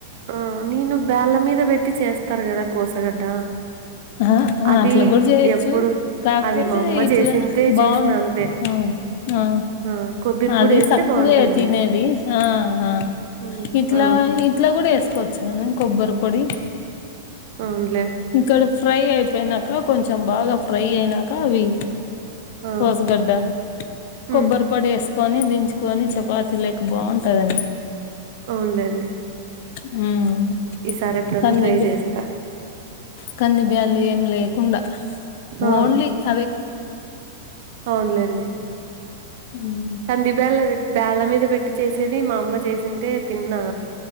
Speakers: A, on the right; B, on the left.
A: ఆ నేను బేల్ళ మీద పెట్టి చేస్తారు గదా కోసగడ్డ
B: ఆ
A: అది
B: అట్లా గూడ చేయొచ్చు
A: ఎప్పుడు
B: కాక్పోతే
A: అది మా అమ్మ
B: ఇట్లా
A: చేసింటే
B: బాగుండు
A: చూసిన అంతే
B: ఆ ఆ
A: ఆ కొబ్బరి పొడి
B: అది
A: వేస్తే
B: తక్కువే
A: బాగుంటుంది
B: తినేది ఆహా
A: ఉమ్
B: ఇట్లా
A: ఆ
B: ఇట్ల కూడ ఏసుకోవచ్చు కద కొబ్బరి పొడి
A: అవునులే
B: ఇక్కడ ఫ్రై అయిపోయినాక కొంచెం బాగా ఫ్రై అయినా కవి
A: ఆ
B: కోస్గడ్డ కొబ్బరిపోడేస్
A: ఉమ్
B: కొని దించుకొని చపాతిలేకి బాగుంటదండి
A: అవునులేండి
B: ఉమ్
A: ఈసారి ఎప్పుడన్న
B: కంది
A: ట్రై చేస్తా
B: కంది బ్యాడ్లు ఏం లేకుండా
A: ఆ
B: ఓన్లీ అవె
A: అవునులేండి
B: హుమ్
A: కంది బ్యాడ్లది బ్యాడ్ల మీద పెట్టి చేసేది మా అమ్మ చేసింటే తిన్నా